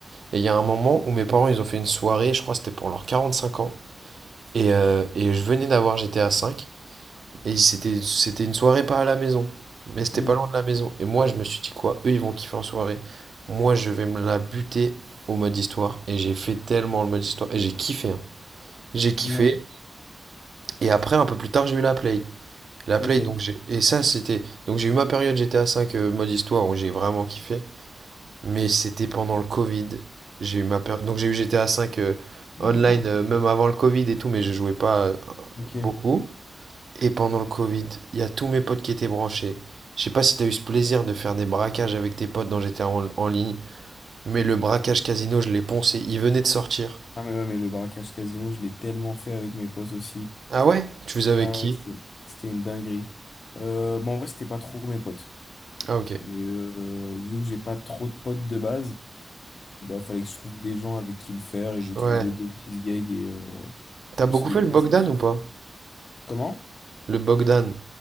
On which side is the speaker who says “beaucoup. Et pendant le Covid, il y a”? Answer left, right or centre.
Right